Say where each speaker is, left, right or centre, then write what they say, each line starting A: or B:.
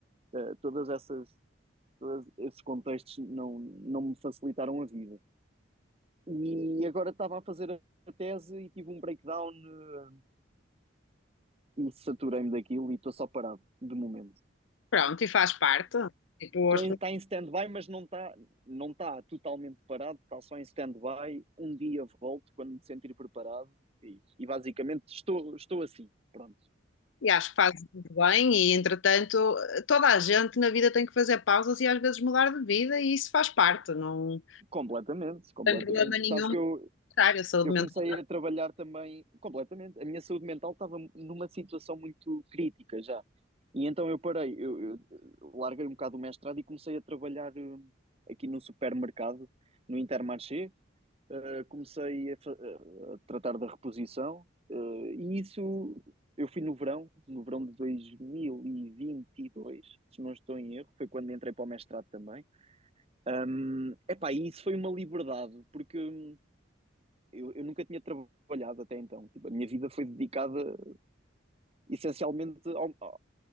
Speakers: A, on the right; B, on the left.
A: Uh, todas essas, todos esses contextos não, não me facilitaram a vida. E agora estava a fazer a tese e tive um breakdown uh, e saturei-me daquilo e estou só parado, de momento.
B: pronto, e faz parte. Tipo,
A: Está
B: as
A: em, em stand-by, mas não está não tá totalmente parado, está só em stand-by. Um dia volto quando me sentir preparado e, e basicamente estou, estou assim. Pronto,
B: E acho que fazes muito bem, e entretanto, toda a gente na vida tem que fazer pausas e às vezes mudar de vida, e isso faz parte, não
A: completamente, completamente.
B: tem problema nenhum,
A: Sabes que eu,
B: contrário, a saúde
A: eu
B: mental.
A: comecei a trabalhar também completamente. A minha saúde mental estava numa situação muito crítica já. E então eu parei, eu, eu larguei um bocado o mestrado e comecei a trabalhar hum, aqui no supermercado, no Intermarché. Uh, comecei a, fa- eh, a tratar da reposição, uh, e isso eu fui no verão, no verão de dois mil e e vinte e dois se não estou em erro, foi quando entrei para o mestrado também. Um, epá, e isso foi uma liberdade, porque hum, eu, eu nunca tinha trabalhado até então. Tipo, a minha vida foi dedicada essencialmente ao,